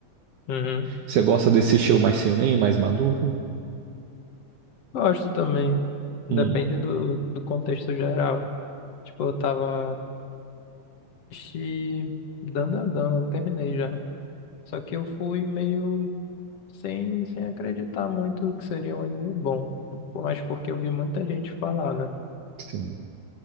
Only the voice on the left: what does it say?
Uhum.
Gosto também. Depende
do, do contexto geral. Tipo, eu tava assisti Dan Dan Dan, eu terminei já. Só que eu fui meio sem, sem acreditar muito que seria um anime bom. Mas porque eu vi muita gente falar, né?